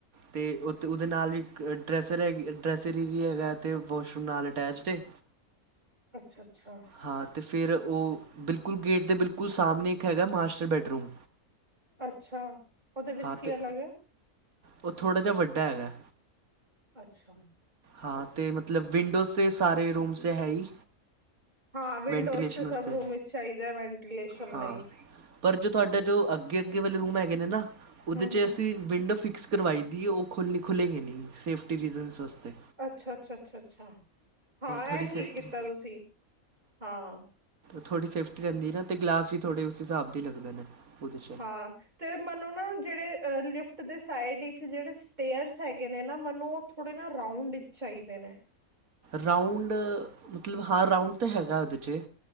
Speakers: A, on the right; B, on the right.
A: ਤੇ ਉਹਦੇ ਨਾਲ ਹੀ ਡਰੈਸਰ ਹੈਗੀ ਡਰੈਸਰ ਹੀ ਜੀ ਹੈਗਾ ਅਤੇ ਵਾਸ਼ਰੂਮ ਨਾਲ ਅਟੈਚਡ ਏ।
B: ਅੱਛਾ-ਅੱਛਾ।
A: ਹਾਂ ਤੇ ਫਿਰ ਉਹ ਬਿਲਕੁਲ ਗੇਟ ਦੇ ਬਿਲਕੁਲ ਸਾਹਮਣੇ ਇੱਕ ਹੈਗਾ ਮਾਸਟਰ ਬੈਡਰੂਮ।
B: ਅੱਛਾ ਉਹਦੇ ਵਿੱਚ
A: ਹਾਂ
B: ਕੀ
A: ਤੇ
B: ਅਲੱਗ ਐ।
A: ਉਹ ਥੋੜ੍ਹਾ ਜਿਹਾ ਵੱਡਾ ਹੈਗਾ।
B: ਅੱਛਾ।
A: ਹਾਂ ਤੇ ਮਤਲਬ ਵਿੰਡੋਜ਼ੇ ਸਾਰੇ ਰੂਮਸ ਹੈ ਹੀ।
B: ਹਾਂ ਵਿੰਡੋਸ
A: ਵੈਂਟੀਲੇਸ਼ਨ
B: ਤੇ
A: ਵਾਸਤੇ
B: ਸਭ ਰੂਮ ਵਿੱਚ ਚਾਹੀਦਾ ਵੈਂਟੀਲੇਸ਼ਨ
A: ਹਾਂ।
B: ਲਈ।
A: ਪਰ ਜੋ ਤੁਹਾਡਾ ਜੋ ਅੱਗੇ ਅੱਗੇ ਵਾਲੇ ਰੂਮ ਹੈਗੇ ਨੇ ਨਾ ਉਹਦੇ
B: ਹੂੰ-ਹੂੰ,
A: 'ਚ ਅਸੀਂ। ਵਿੰਡੋ ਫਿਕਸ ਕਰਵਾਈ ਦੀ ਉਹ ਖੁਲੇ ਖੁਲੇਗੇ ਗੇ ਨਹੀਂ ਸੇਫਟੀ ਰੀਜ਼ਨਸ ਵਾਸਤੇ।
B: ਅੱਛਾ- ਅੱਛਾ, ਅੱਛਾ-ਅੱਛਾ ਅੱਛਾ ਹਾਂ
A: ਥੋੜ੍ਹੀ
B: ਇਹ ਠੀਕ
A: ਸੇਫਟੀ
B: ਕੀਤਾ ਤੁਸੀਂ ਹਾਂ।
A: ਥੋੜੀ ਸੇਫਟੀ ਰਹਿੰਦੀ ਨਾ ਅਤੇ ਗਲਾਸ ਵੀ ਥੋੜ੍ਹੇ ਉਸ ਹਿਸਾਬ ਦੀ ਲੱਗਦੇ ਨੇ ਉਹਦੇ 'ਚ।
B: ਹਾਂ ਤੇ ਮੈਨੂੰ ਨਾ ਜਿਹੜੇ ਅਹ ਲਿਫਟ ਦੇ ਸਾਈਡ ਵਿਚ ਜਿਹੜੇ ਸਟੇਅਰਸ ਹੈਗੇ ਨੇ ਨਾ ਮੈਨੂੰ ਉਹ। ਥੋੜੇ ਨਾ ਰਊਂਡ ਵਿੱਚ ਚਾਈਦੇ ਨੇ।
A: ਰਾਊਂਡ ਮਤਲਬ ਹਾਂ ਰਾਊਂਡ ਤਾਂ ਹੈਗਾ ਉਹਦੇ 'ਚ